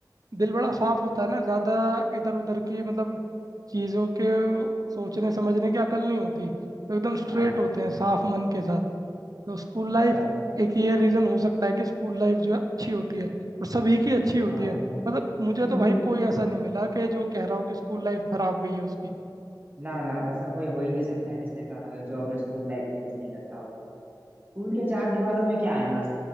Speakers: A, on the right; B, on the right.
A: दिल बड़ा साफ होता है ना ज़्यादा इधर उधर की मतलब चीज़ों के सोचने समझने की अकल नहीं होती तो एकदम स्ट्रेट
B: हाँ,
A: होते हैं साफ मन के साथ तो स्कूल
B: अच्छा
A: लाइफ एक ये रीज़न हो सकता है कि स्कूल लाइफ जो है अच्छी होती है और सभी की अच्छी होती
B: हाँ
A: है मतलब मुझे
B: स्कूल
A: तो भाई कोई ऐसा नहीं मिला कि जो कह रहा हो कि स्कूल लाइफ खराब गई है उसकी
B: ना ना ऐसा कोई हो ही नहीं सकता जिसने का जो अपने स्कूल लाइफ को मिस नहीं करता होगा स्कूल के चार दीवारों में क्या है ना